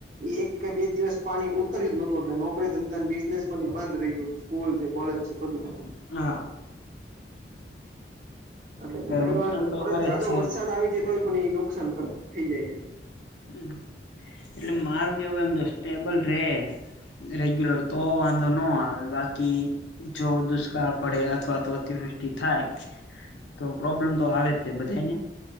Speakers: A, on the right (about 45°); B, on the left (about 85°).
A: એ એક કે બે દિવસ પાણી ઉતર્યું જ નતું એટલે નોકરી ધંધા બિઝનેસ પણ એ બંધ રહ્યું હતું. સ્કૂલ છે કોલેજ છે બધું <unintelligible> છે.
B: હા.
A: એટલે ઘણી
B: નુકસાન
A: વાર
B: તો
A: પ
B: કરે
A: જાજો
B: જ છે
A: વરસાદ આવી જાય તો એ પણ એ નુકસાન થઇ જાય છે.
B: હમ એટલે મારું કેવું એમ તો સ્ટેબલ રે રેગ્યુલર તો વાંધો નો આવે કે જો દુષ્કાળ પડે અથવા તો અતિવૃષ્ટિ થાય. તો પ્રોબ્લેમ તો આવે જ તે બધા ને.